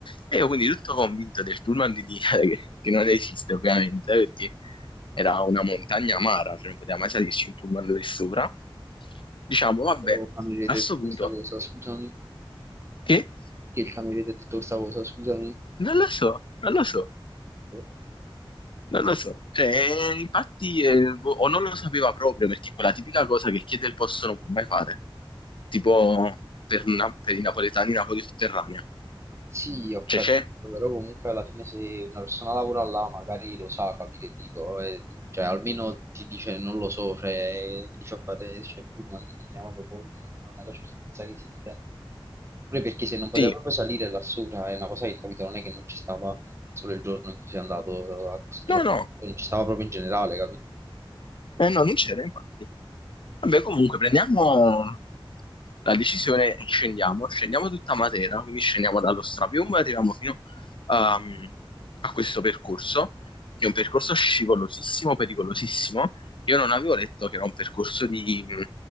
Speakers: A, on the left; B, on the right.
A: E io quindi tutto convinto del pullman di linea <laughs> che, che non esiste ovviamente, perché era una montagna amara, cioè non poteva mai salirci un pullman lì sopra. Diciamo, vabbè,
B: Oh, cameriere
A: a
B: ti
A: sto
B: ha detto questa
A: punto,
B: cosa, scusami.
A: che?
B: Che il cameriere ti ha detto questa cosa, scusami.
A: Non lo so, non lo so,
B: Boh.
A: non lo so. Cioè, infatti, eh, boh, o non lo sapeva proprio, perché è quella tipica cosa che chiede il posto non può mai fare. Tipo, per, na- per i napoletani, Napoli sotterranea.
B: Sì, ho
A: Cioè,
B: capito,
A: c'è?
B: però comunque alla fine se una persona lavora là magari lo sa, capi che dico, e- cioè almeno ti dice non lo so, cioè ti fa fare c'è un pullman di linea quando poi non hai la certezza che esiste. Pure perché se non poteva
A: Sì.
B: proprio salire lassù, cioè, è una cosa che capito, non è che non ci stava solo il giorno in cui sei andato a questo,
A: No, no,
B: non ci stava proprio in generale, capito?
A: Eh no, non c'era, infatti. Vabbè, comunque, prendiamo la decisione e scendiamo. Scendiamo tutta Matera, quindi scendiamo dallo Strapiombo e arriviamo fino ehm, a questo percorso, che è un percorso scivolosissimo, pericolosissimo. Io non avevo letto che era un percorso di,